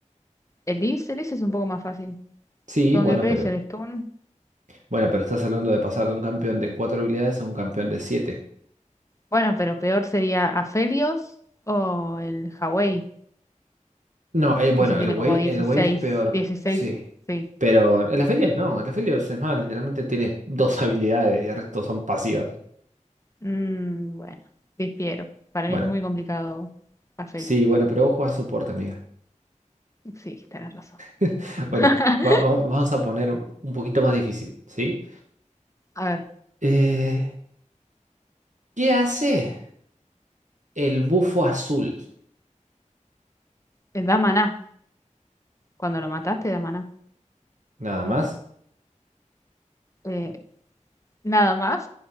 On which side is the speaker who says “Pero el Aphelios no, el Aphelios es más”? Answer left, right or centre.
Right